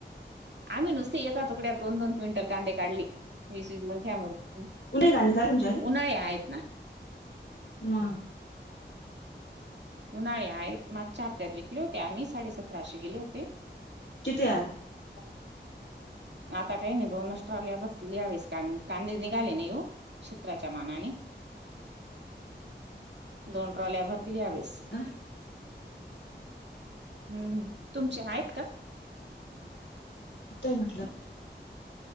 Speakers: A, on the right; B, on the left.
A: आम्ही नुसती एका तुकड्यात दोन दोन क्विंटल कांदे काढली वीस वीस गुंठ्यामध्ये
B: उन खणी का तुमच्या
A: उन्हाळे आहेत ना
B: ह
A: उन्हाळ आहेत मागच्या हप्त्यात विकले होते आम्ही साडेसतराशे गेले होते
B: किती आल
A: हम आता काही नाही दोन नष्ट्र आल्यावररती यावेळेस कांदे निघाले नाही येऊ शषित्रच्या मानाने
B: <inaudible>
A: दोन ट्रॉल्या भरतील यावेळेस
B: अ
A: हम्म तुमचे आहेत का
B: त म्हटलं